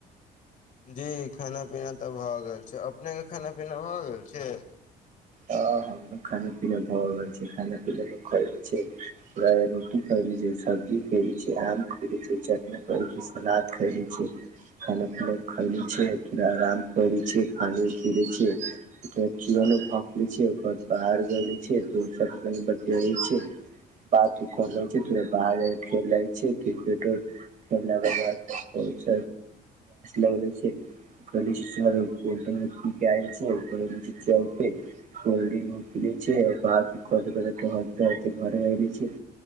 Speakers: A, on the left; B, on the right.
A: जी खाना पीना तऽ भए गेल छै अपने के खाना पीना भए गेल छै
B: ह हमो खाने पीना भऽ रहल छी खाना पीना ल खए रहल छै रोटी ख सब्जी खैने छी आम खय छै चटना कर सलाद खैने छी खाना पीना खले छी आराम करे छी खाने पीे छी च भक ले छै ओकर बाद बाहर गे छै तऽ क बतियाे छै बात उ कर ले छै ते बाहर खेल ले छी क्रिकेट ब गस लेगले छै <unintelligible> लीर <unintelligible> कोोल्ड्रंग मपल छै बात कर के ह हती घर आ छै